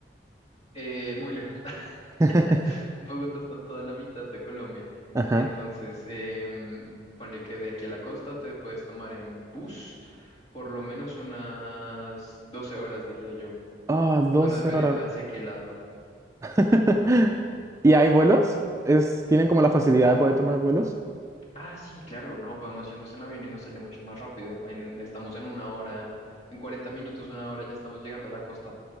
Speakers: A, on the left; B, on the right.
A: Eh, muy lejos. <laughs>
B: <laughs>
A: Bogotá está en toda la mitad de Colombia.
B: Ajá.
A: Entonces, em, ponle que de aquí a la costa te puedes tomar en bus por lo menos unas 12 horas, diría yo.
B: Ah, 12
A: Bueno, dependiendo
B: horas.
A: de hacia qué lado.
B: <laughs> ¿Y hay vuelos? ¿Es, tienen como la facilidad de poder tomar vuelos?
A: Ah, sí, claro, no, podemos irnos en avión y nos sale mucho más rápido. En, estamos en una hora, en 40 minutos, una hora, ya estamos llegando a la costa.